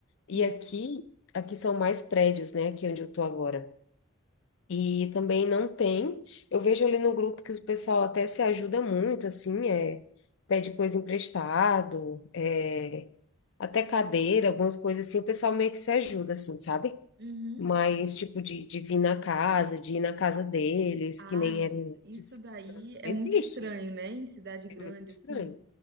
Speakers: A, on the left (about 60°); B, on the right (about 50°).
A: E
B: Sim.
A: aqui, aqui são mais prédios, né? Aqui onde eu tô agora. E também não tem. Eu vejo ali no grupo que o pessoal até se ajuda muito, assim, é, pede coisa emprestado, é, até cadeira, algumas coisas assim, o pessoal meio que se ajuda, assim, sabe?
B: Uhum.
A: Mas, tipo, de, de vir na casa, de ir na casa deles,
B: Ah,
A: que nem
B: não,
A: era
B: isso,
A: antes,
B: isso daí
A: não, não
B: é
A: existe.
B: muito estranho, né? Em cidade
A: É
B: grande
A: muito estranho.
B: assim.